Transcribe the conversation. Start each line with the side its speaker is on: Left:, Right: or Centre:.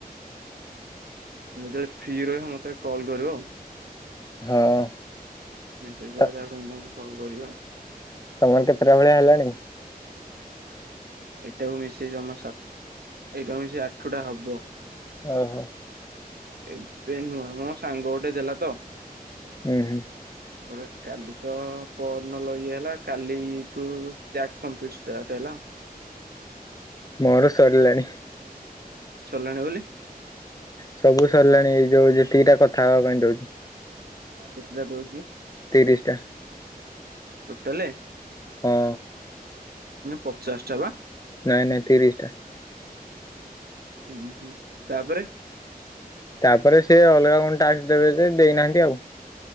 Right: ଯେତେବେଳେ ଫ୍ରି ରହିବ ମତେ କଲ୍ କରିବ।
Left: ହଁ।
Right: ମ ସେ
Left: ତ
Right: ପୁର ଯା ତାପରେ ମୁଁ ତମକୁ କଲ୍ କରିବି ଆଉ।
Left: ତମର କେତେଟା ଭଳିଆ ହେଲାଣି।
Right: ଏଇଟାକୁ ମିଶେଇ ଜମା ଶା ଏଇଟା ମିଶେଇ ଆଠ ଟା ହବ।
Left: ଓ ହୋ।
Right: ଏବେ ନୁହଁ ମୋ ସାଙ୍ଗ ଗୋଟେ ଦେଲା ତ।
Left: ହୁଁ ହୁଁ।
Right: ପରେ କାଲି ତ ପହରିନ ଲ ଇଏ ହେଲା କାଲି କାଲି ଠୁ ସ୍ଟାଟ। କମ୍ଳିଟ ଷ୍ଟାଟ ହେଲା।
Left: ମୋର ସରିଲାଣି।
Right: ସରିଲାଣି ବୋଲି
Left: ସବୁ ସରିଲାଣି ଏଇ ଯୋଉ ଯେତିକିଟା କଥା ହବା ପାଇଁ ଦଉଛି।
Right: କେତେଟା ଦଉଚି?
Left: ତିରିଶି ଟା।
Right: ଟୋଟାଲେ।
Left: ହଁ।
Right: ପଚାଶ ଟା ବା?
Left: ନାଇଁ ନାଇଁ ତିରିଶି ଟା।
Right: ହୁଁ ତାପରେ
Left: ତାପରେ ସେ ଅଲଗା କଣ ଟାସ୍କ ଦେବେ ଯେ ଦେଇନାହାନ୍ତି ଆଉ।